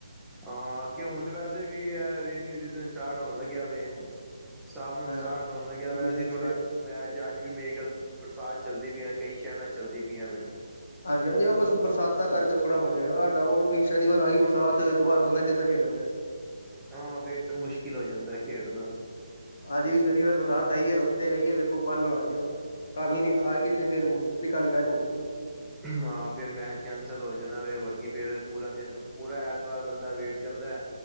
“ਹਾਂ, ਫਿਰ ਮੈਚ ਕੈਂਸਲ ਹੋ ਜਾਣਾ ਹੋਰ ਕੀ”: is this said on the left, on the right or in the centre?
Centre